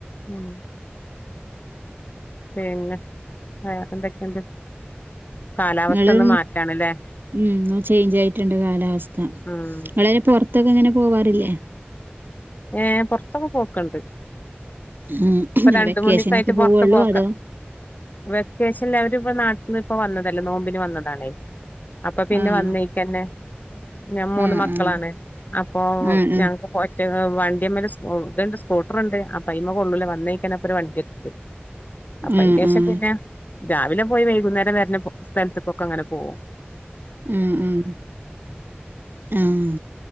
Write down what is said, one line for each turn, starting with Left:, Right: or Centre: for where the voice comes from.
Left: ഉം. പിന്നെ വേറെന്തൊക്കെണ്ട് കാലാവസ്ഥന്ന്
Right: നിങ്ങള്
Left: മാറ്റാണ്ലേ
Right: ഉം ചേയ്ഞ്ചായിട്ട്ണ്ട് കാലാവസ്ഥ,
Left: ഉം
Right: ഇങ്ങളേനെ പൊറത്തൊക്കെങ്ങനെ പോവാറില്ലേ?
Left: ഏഹ് പൊറത്തൊക്കെ പോക്ക്ണ്ട്.
Right: ഉം
Left: ഇപ്പ
Right: ഇങ്ങനെ
Left: രണ്ട്
Right: വെക്കേഷനൊക്കെ
Left: മൂന്നീസായിട്ട്
Right: പോവുള്ളൂ
Left: പൊറത്ത് പോക്ക്
Right: അതോ
Left: വെക്കേഷന്ല് അവര്പ്പ നാട്ടിന്ന്പ്പ വന്നതല്ലേ നോമ്പിന് വന്നതാണേ, അപ്പൊ പിന്നെ
Right: ആഹ്
Left: വന്നേ ക്കന്നെ ഞാം മൂന്ന്
Right: ആഹ്
Left: മക്കളാണ്
Right: ആഹ്
Left: അപ്പൊ
Right: ആഹ് ആഹ്
Left: ഞങ്ങക്ക് പോ വണ്ടിമേല് ഇത്ണ്ട് സ്കൂട്ടറ്ണ്ട് അപ്പയ്മെ കൊള്ളൂല വന്നേഴക്കന്നപ്പൊര് വണ്ടിടിത്ത്. അപ്പൊ
Right: ആഹ്
Left: അയിന്റേഷം
Right: ആഹ്
Left: പിന്നെ രാവിലെ പോയി വൈകുന്നേരം വെര്ന സ്ഥലത്ത്ക്കൊക്കെങ്ങനെ പോവും.
Right: ഉം ഉം ആഹ്